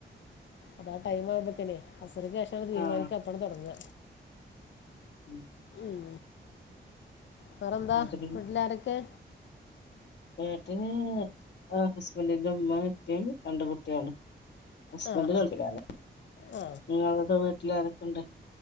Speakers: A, on the left (about 85°); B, on the left (about 70°).
A: അതാ ടൈം ആവുമ്പക്കനെ അസറിക്ക് ശേഷ തീരുമാനിക്കുക
B: ആഹ്
A: അപ്പാണ് തുടങ്ങ
B: ഉം
A: ഉം, വേറെന്താ
B: എന്നിട്ട്
A: വീട്ടിലാരൊക്കെ
B: വീട്ടില് ഹസ്ബൻന്റിന്റെ ഉമ്മ ഉപ്പ രണ്ട് കുട്ടോളും ഹസ്ബൻഡ്
A: ആ
B: ഗൾഫിലാണ്
A: ആ ആ
B: നിങ്ങളുടെ വീട്ടിൽ ആരൊക്കെണ്ട്?